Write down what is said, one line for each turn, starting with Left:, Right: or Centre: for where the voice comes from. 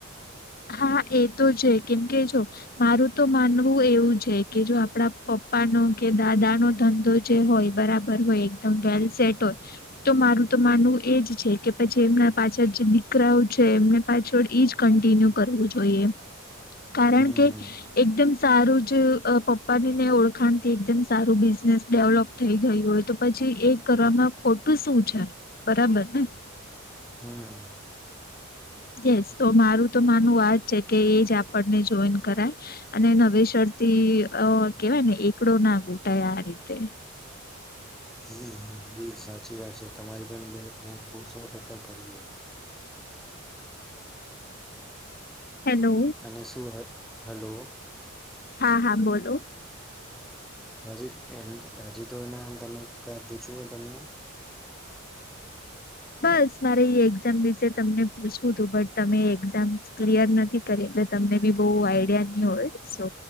Left: હા એ તો છે કેમકે જો મારું તો માનવું એવું છે કે જો આપડા પપ પપ્પા નો કે દાદા નો ધંધો જે હોય બરાબર હોય એકદમ વેલ સેટ હોય તો મારું તો માનવું એજ છે કે પછી એમના પાછળ જે દીકરાઓ છે એમને પાછળ ઈજ કન્ટિન્યુ વું જોઈએ કારણ
Centre: હમ
Left: કે
Centre: હમ.
Left: એકદમ સારું જ પપ્પા ની ને ઓળખાણ થી એકદમ સારું બિઝનેસ ડેવલપ થઈ ગયું હોય તો પછી પ એ કરવામાં ખોટું શું છે. બરાબર ને.
Centre: હમ.
Left: યસ તો મારું તો માનું વા જ છે કે એ જ આપણને જોઈન કરાય. અને નવે શર્ટ અ કેવાય ને એકડો ના ઘૂટાય આ રીતે
Centre: હમ એ સાચી વાત છે તમારે પણ બે બહુ સો ટકા કરી લ
Left: હેલો
Centre: અને શું હલો
Left: હા હા બોલો.
Centre: હજી એમ હજી તો એને તમે ક પૂછું હો તમને
Left: બસ મારે એક્ઝામ વિશે તમને પૂછવું તું બટ તમે એક્ઝામ ક્લિયર નથી કરી એટલે તમને બી બહુ આઈડિયા નહ હોય સો